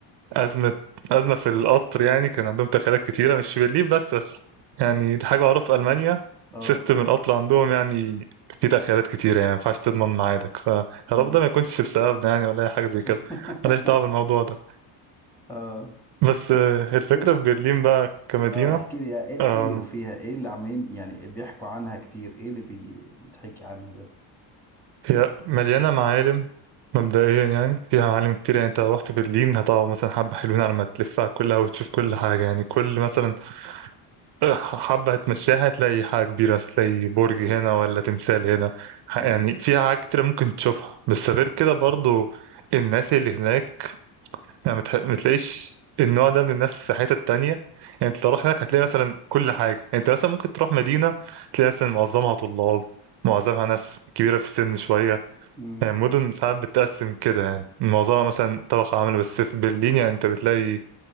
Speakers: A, on the right; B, in the centre.
A: أزمة أزمة في القطر يعني كان عندهم تأخيرات كتيرة مش في برلين بس بس يعني دي حاجة معروفة في ألمانيا
B: اه
A: سيستم القطر عندهم يعني فيه تأخيرات كتيرة يعني ما ينفعش تضمن ميعادك فيا
B: أمم.
A: رب ده ما يكونش بسببنا يعني ولا أي حاجة زي
B: <laughs>
A: كده ملهاش دعوة بالموضوع ده
B: اه
A: بس آه، الفكرة
B: ايه
A: في برلين بقى كمدينة
B: اه احكي لي ايه الحلو
A: آم،
B: فيها ايه اللي عمالين يعني بيحكوا عنها كتير ايه اللي بي... بيتحكي عنها ده
A: هي مليانة معالم مبدئيا يعني فيها معالم كتير يعني انت لو رحت برلين هتقعد مثلا حبة حلوين على ما تلفها كلها وتشوف كل حاجة يعني كل مثلا <laughs> حبة هتمشيها هتلاقي حاجة كبيرة هتلاقي برج هنا ولا تمثال هنا ح-
B: مم.
A: يعني في حاجات كتير ممكن تشوفها بس غير كده برضو الناس اللي هناك يعني متح- متلاقيش النوع ده من الناس في حتة تانية يعني انت لو رحت هناك هتلاقي مثلا كل حاجة يعني انت مثلا ممكن تروح مدينة تلاقي مثلا معظمها طلاب معظمها ناس كبيرة في السن شوية
B: مم.
A: يعني مدن ساعات بتتقسم كده يعني معظمها مثلا طبقة عاملة بس في برلين يعني انت بتلاقي